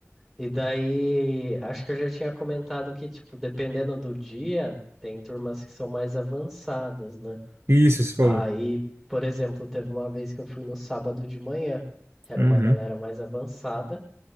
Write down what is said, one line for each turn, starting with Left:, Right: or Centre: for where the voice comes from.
Centre: E daí, acho que eu já tinha comentado que, tipo, dependendo do dia, tem turmas que são mais avançadas, né?
Right: isso, você falou.
Centre: Aí, por exemplo, teve uma vez que eu fui no sábado de manhã, que era
Right: Uhum.
Centre: uma galera mais avançada,